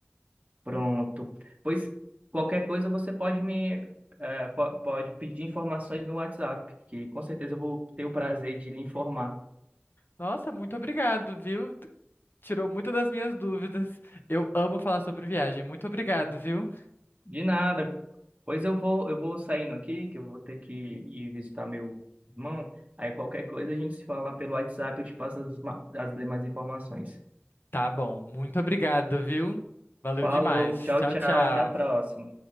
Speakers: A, on the right; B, on the left.
A: Pronto. Pois qualquer coisa você pode me eh, po- pode pedir informações no WhatsApp, que com certeza eu vou ter o prazer de lhe informar.
B: Nossa, muito obrigado, viu? T- Tirou muitas das minhas dúvidas. Eu amo falar sobre viagem. Muito obrigado, viu?
A: De nada. Pois eu vou, eu vou saindo aqui, que eu vou ter que ir visitar meu irmão. Aí qualquer coisa a gente se fala pelo WhatsApp, eu te passo as, ma- as demais informações.
B: Tá bom, muito obrigado, viu? Valeu
A: Falou,
B: demais.
A: tchau,
B: Tchau,
A: tchau,
B: tchau.
A: até a próxima.